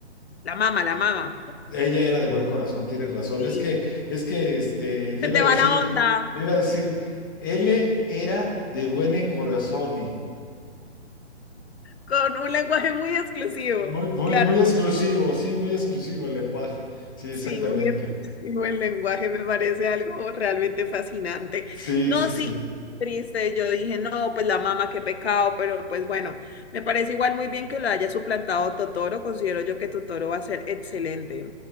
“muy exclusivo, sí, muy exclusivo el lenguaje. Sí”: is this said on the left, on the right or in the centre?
Left